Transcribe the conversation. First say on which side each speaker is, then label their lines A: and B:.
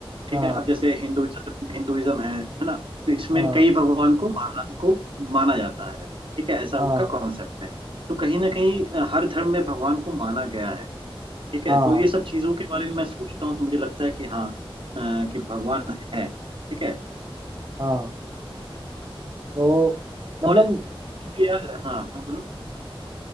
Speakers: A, on the right (about 65°); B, on the right (about 40°).
A: ठीक
B: हाँ
A: है अब जैसे हिंदुइज्म हिंदुइज्म है है ना तो इसमें
B: हाँ
A: कई भगवान को माना को माना जाता है ठीक है ऐसा
B: हाँ
A: उनका कॉन्सेप्ट है तो कहीं ना कहीं अ, हर धर्म में भगवान को माना गया है ठीक है
B: हाँ
A: तो ये सब चीजों के बारे में मैं सोचता हूँ तो मुझे लगता है कि हाँ अ, कि भगवान है ठीक है
B: हाँ तो मतलब
A: और क्योंकि यार हाँ हाँ बोलो